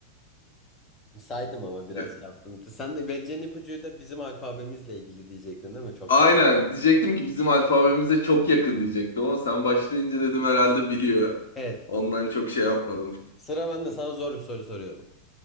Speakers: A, on the left (about 20°); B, on the left (about 60°).
A: saydım ama biraz
B: Ya,
A: şey yaptım sen de vereceğin ipucuyu da bizim alfabemizle ilgili diyecektin değil mi çok
B: Aynen.
A: yakın
B: Diyecektim ki bizim alfabemize çok yakın diyecektim ama sen başlayınca dedim herhalde biliyor.
A: evet
B: Ondan çok şey yapmadım.
A: sıra bende sana zor bir soru soruyorum